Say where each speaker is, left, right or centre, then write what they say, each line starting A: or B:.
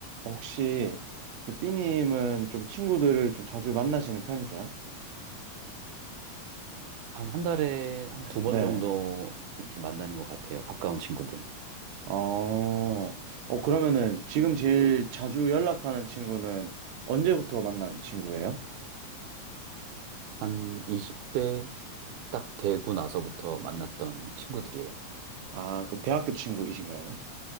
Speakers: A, on the right; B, on the right.
A: 혹시 그 B님은 좀 친구들을 좀 자주 만나시는 편이세요?
B: 한, 한 달에 한 두 번
A: 네네.
B: 정도 이렇게 만나는 것 같아요. 가까운 친구들.
A: 어, 어, 그러면은 지금 제일 자주 연락하는 친구는 언제부터 만난 친구예요?
B: 한 20대 딱 되고 나서부터 만났던 친구들이에요.
A: 아, 그 대학교 친구이신 거예요?